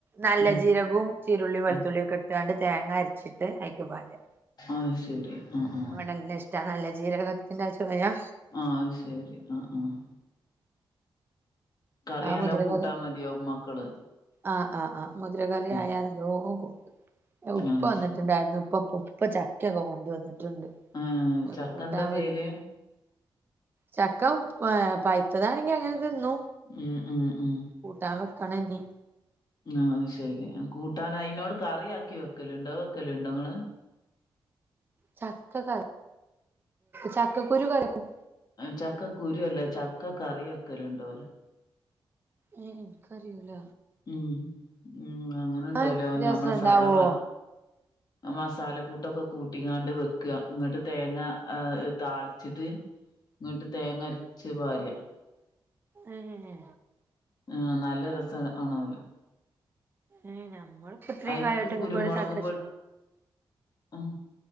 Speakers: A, on the right; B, on the left.
A: നല്ല
B: ഉം
A: ജീരകും ചീരുള്ളിം വെളുത്തുള്ളിം
B: ഉം
A: ഒക്കെ ഇട്ടാണ്ട് തേങ്ങ അരച്ചിട്ട് അയ്ക്കപാരാ
B: ആയ്ശെരി ആഹ് ആഹ്
A: അവിടെന്നെ ഇഷ്ടാ നല്ല ജീരകത്തിന്റെ ചൊവയ
B: ആഹ് അയ്ശരി ആഹ് ആഹ് കറിനല്ലോ
A: ആ മുതിരകറി
B: കൂട്ടാൻ മതിയാവും മക്കള്
A: ആഹ് ആഹ് ആഹ് മുതിര കറി
B: ഉം
A: ആയാ നല്ലോ കൂട്ടും ഉപ്പ
B: അത്
A: വന്നിട്ടുണ്ടായിരുന്നു
B: ശരി
A: ഉപ്പപ്പ- ഇപ്പ ചക്കൊക്കെ കൊണ്ടുവന്നിട്ടുണ്ട്
B: ഉം ചക്ക
A: കൂട്ടാൻ
B: എന്താ ചെയ്യല്
A: വെക്ക ചക്ക ഏ പൈത്തതാണെങ്കി അങ്ങനെ തിന്നും
B: ഉം ഉം ഉം
A: കൂട്ടാവെക്കണം ഞ്
B: ആഹാ അത് ശെരി കൂട്ടാൻ അയിനോട് കറിയാക്കി വെക്കല ഉണ്ടോ വെക്കല ഉണ്ടോ നിങ്ങള്
A: ചക്ക ക ചക്കക്കുരു കരക്കും
B: ചക്കക്കുരു അല്ല ചക്ക കറി വെക്കെല്ണ്ട്ലോ
A: ഏ ഇൻക്ക്റിയൂല
B: ഉം ഉം അങ്ങനെ ഉണ്ടലോ
A: അത് രസണ്ടാവോ
B: ഞമ്മള് സാദാമ്മ മസാലക്കൂട്ടൊക്കെ കൂട്ട്യാണ്ട് വെക്ക ന്നിട്ട് തേങ്ങ ഏ താളിച്ചിട്ട് ന്നിട്ട് തേങ്ങ അരച്ച് പാര്യ
A: അങ്ങനെ
B: ആ നല്ല രസം ആണാല്ലോ
A: ഏ ഞമ്മള് ഇപ്പോ ഇത്രയും
B: അയിക്ക്
A: കാലയിട്ട് നമക്ക്
B: കുരുമുളക്
A: ഇവിടെ ചക്ക
B: പൊ ആഹ്